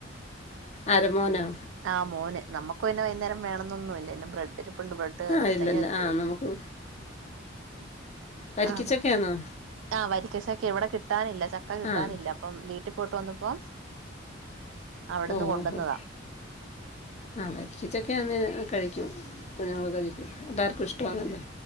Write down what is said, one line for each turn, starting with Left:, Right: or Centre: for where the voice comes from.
Left: ആര് മോനോ
Right: ആഹ് മോന് നമുക്ക് പിന്നെ വൈന്നേരം വേണംന്നൊന്നുല്ല പിന്നെ ബ്രെഡ് പ്പുണ്ട് ബ്രെഡ്
Left: ആഹ്
Right: എന്തെങ്കിചെയ്തി
Left: ഇല്ലല്ല ആഹ് നമുക്ക് വരിക്കച്ചക്കയാന്നോ
Right: ആ ആഹ് വരിക്കചക്കെ ഇവിടെ കിട്ടാനില്ല ചക്ക കിട്ടാനില്ല
Left: ആഹ്
Right: അപ്പം വീട്ടി പോയിട്ട് വന്നപ്പോ അവിടുന്ന്
Left: ഉം
Right: കൊണ്ടുവന്നതാ
Left: ഉം ഉം ആഹ് വരിക്കച്ചക്കയ്ന്നേൽ കഴിക്കും കുഞ്ഞുങ്ങൾ കഴിക്കും എല്ലാർക്കും ഇഷ്ട്ടാന്നല്ലോ